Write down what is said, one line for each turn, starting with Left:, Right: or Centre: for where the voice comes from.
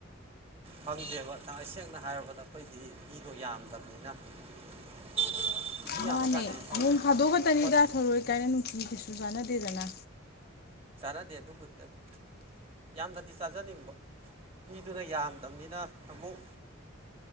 Right: ꯐꯪꯗꯦꯕ ꯇꯉꯥꯢꯁꯦꯡꯅ ꯍꯥꯢꯔꯕꯗ ꯑꯩꯈꯣꯏꯗꯤ ꯃꯤꯗꯣ ꯌꯥꯝꯗꯕꯅꯤꯅ <unintelligible>
Left: ꯃꯥꯅꯦ
Right: ꯌꯥꯝꯃꯀꯥꯟꯗꯗꯤ ꯐꯪꯕ
Left: ꯅꯣꯡ ꯐꯥꯗꯣꯛ ꯈꯛꯇꯅꯤꯗ
Right: ꯍꯣꯠ
Left: ꯊꯔꯣꯢ ꯀꯥꯢꯅ ꯅꯨꯡꯇꯤꯒꯤꯁꯨ ꯆꯥꯟꯅꯗꯦꯗꯅ
Right: ꯆꯥꯅꯗꯦ ꯑꯗꯨꯕꯨꯗꯤ ꯑꯗꯨꯝ ꯌꯥꯝꯅꯗꯤ ꯆꯥꯖꯅꯤꯡꯕ ꯃꯤꯗꯨꯅ ꯌꯥꯝꯗꯕꯅꯤꯅ ꯑꯃꯨꯛ